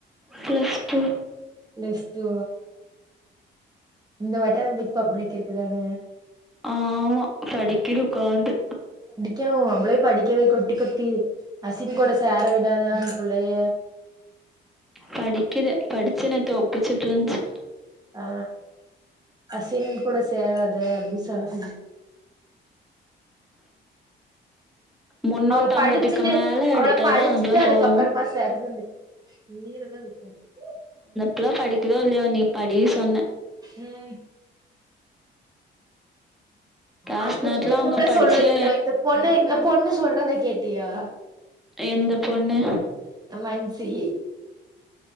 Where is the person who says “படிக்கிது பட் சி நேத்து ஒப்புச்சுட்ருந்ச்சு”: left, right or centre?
Centre